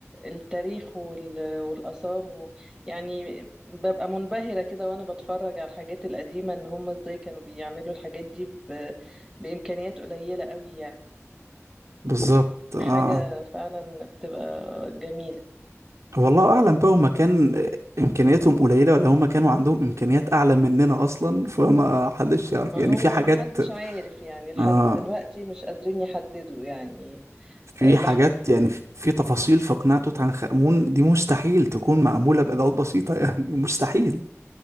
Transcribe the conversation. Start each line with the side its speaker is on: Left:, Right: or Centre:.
Centre: التاريخ وال- والاثار و... يعني ببقى منبهره كده وانا بتفرج على الحاجات القديمه ان هم ازاي كانوا بيعملوا الحاجات دي ب... بامكانيات قليله قوي يعني
Right: بالظبط
Centre: فحاجة
Right: اه
Centre: فعلا بتبقى جميلة
Right: والله اعلم بقى هما كان امكانياتهم قليله ولا هما كانوا عندهم امكانيات اعلى مننا اصلا فما حدش يعرف
Centre: ما
Right: يعني
Centre: هو
Right: في حاجات
Centre: ما حدش عارف يعني لحد
Right: آه
Centre: دلوقتي مش قادرين يحددوا يعني
Right: في
Centre: لح...
Right: حاجات يعني في في تفاصيل في قناع توت عنخ امون دي مستحيل تكون معموله بادوات بسيطه <laughs> يعني مستحيل